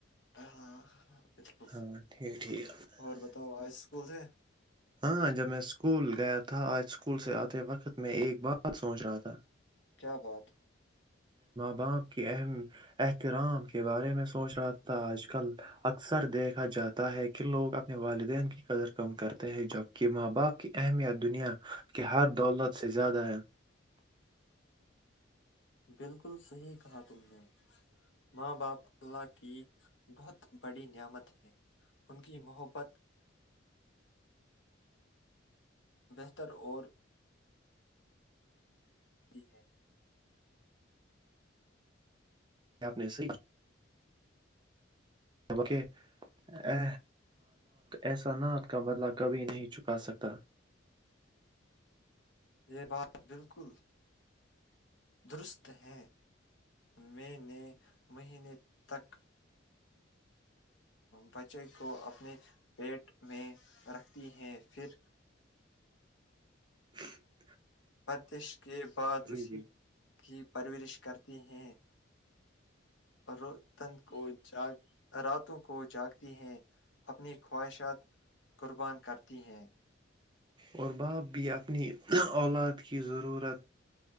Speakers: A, on the left (about 65°); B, on the right (about 25°).
A: ہاں ہاں بالکل
B: ہاں ٹھیک ٹھیک
A: اور بتاؤ آج اسکول تھے
B: ہاں جب میں اسکول گیا تو تھا آج اسکول سے آتے وقت میں ایک بات سوچ رہا تھا
A: کیا بات
B: اں باپ کی اہم احترام کے بارے میں سوچ رہا تھا آج کل اکثر دیکھا جاتا ہے کہ لوگ اپنے والدین کی قدر کم کرتے ہیں جبکہ ماں باپ کی اہمیت دنیا کے ہر دولت سے زیادہ ہے
A: بالکل صحیح کہا تم نے ماں باپ اللہ کی بہت بڑی نعمت ہے ان کی محبت بہتر اور تی ہے
B: کیا آپ نے صحی ک ا احسانات کا بدلہ کبھی نہیں چکا سکتا
A: یہ بات بالکل درست ہے میں نے مہینے تک بچے کو اپنے پیٹ میں رکھتی ہیں پھر
B: ہ <inaudible>
A: پردش کے بعد اسی
B: جی
A: کی پرورش کرتی ہیں رون کو جاگ راتوں کو جاگتی ہیں اپنی خواہشات قربان کرتی ہیں
B: اور باپ بھی اپنی اولاد کی ضرورت